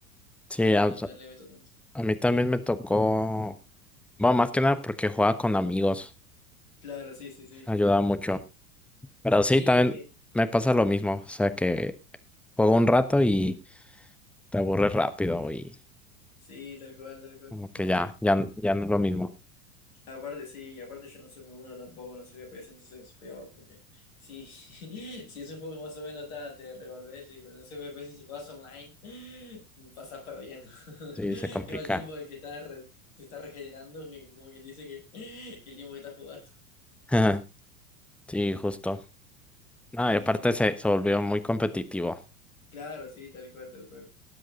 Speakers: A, in the centre; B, on the left.
A: Sí, a,
B: No, no le meto tanto.
A: a mí también me tocó... Bueno, más que nada porque jugaba con amigos.
B: Claro, sí, sí, sí.
A: Ayudaba mucho. Pero sí,
B: Sí,
A: también
B: es que.
A: me pasa lo mismo. O sea, que juego un rato y te aburres rápido y
B: Sí, tal cual, tal cual.
A: como que ya, ya, ya no es lo mismo.
B: Aparte, sí, aparte yo no soy muy bueno tampoco, no soy FPS, entonces es peor, porque sí, <laughs> si es un juego que más o menos está, te revolves, sí, pero no soy FPS, si jugás online, pasás perdiendo. <laughs>
A: Sí, se complica.
B: Es el tiempo que estás re- te estás regenerando, que como quien dice que, <laughs> que el tiempo que estás jugando.
A: <laughs> Sí, justo. No,
B: Y
A: y aparte se, se volvió muy competitivo.
B: claro, sí, tal cual, tal cual.